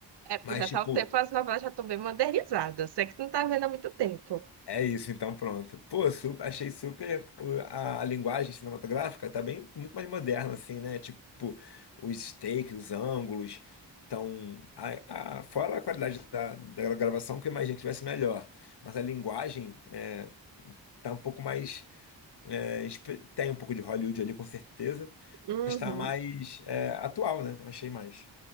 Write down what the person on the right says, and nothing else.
É porque
já tá
um tempo, as novelas já estão bem modernizadas. Você que não tá vendo há muito tempo.
Uhum.